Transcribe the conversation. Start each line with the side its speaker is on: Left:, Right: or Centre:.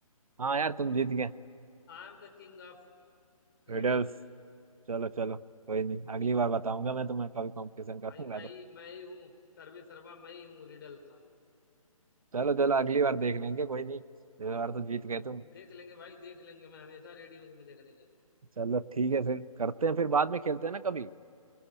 Right: हाँ यार तुम जीत गए
Left: I am the king of
Right: रिडल्स
Left: riddles
Right: चलो चलो कोई नहीं अगली बार बताऊंगा मैं तुम्हें कभी कंपटीशन
Left: भाई
Right: करूंगा
Left: मैं ही
Right: तो
Left: मैं ही हूँ सर्वे सर्वा मैं ही हूँ रिडल का
Right: चलो चलो अगली बार देख लेंगे कोई नहीं इस बार तो जीत गए तुम
Left: देख लेंगे भाई देख लेंगे मैं हमेशा रेडी हूँ तुम्हें देखने के लिए
Right: चलो ठीक है फिर करते हैं फिर बाद में खेलते हैं ना कभी